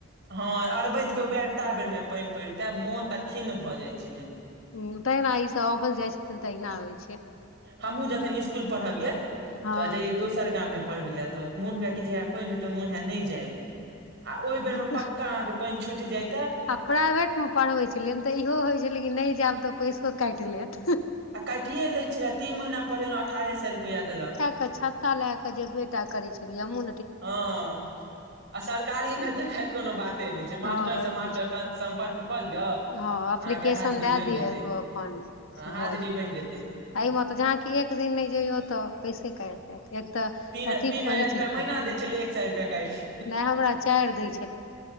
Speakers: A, on the right (about 60°); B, on the left (about 80°).
A: हँ अरबहिद के उहै टा बेर मे पानि पड़िते मोन तऽ खिन्न भऽ जाइ छलै
B: ह तहिना ई सब ऑफिस जाइ छथिन तहिना होइ छै
A: हमहुँ जखन स्कूल पढ़बियै
B: हँ
A: तऽ जइय दोस सरगा मे पढ़बै ले तऽ मोन हुए कि जे हा पानि होेत मन हए नहि जाय आ ओहि बेर मे
B: ह
A: पक्का अहाँके पानि छुटि जाय तऽ
B: आ प्राइवेटमे पढ़बै छलियनि तऽ इहो होइ छलै कि नहि जायब तऽ पैसो काटि लेत
A: आ काटिे लैत छै रह तीन महीना पढ़ेलहु अठारह सए रुपैआ देलक
B: के छत्ता लए क जे बेटा करे छलियै हमहु
A: हँ आ सरकारीमे तऽ खै कोनो बाते नहि छै मास्टरसभ
B: हँ ओहिमे
A: मास्टर
B: जे
A: सम्पर्क कऽ लिअ अहाँके
B: हँ एप्लीकेशन
A: हाजरी
B: दए
A: बनि
B: दिय
A: जेतै
B: एगो अपन
A: हँ हाजरी
B: भऽ जाय
A: बनि जेतै
B: अई मे त जहां एक दिन नहि ज‌इयौ त पैसे काटि देत एक तऽ
A: तीन
B: अथी
A: तीन हजार
B: कहै
A: रुपैआ
B: छै
A: महीना
B: क
A: दै छलै एक सए रुपैआ काटि
B: नहि हमरा चारि दै छल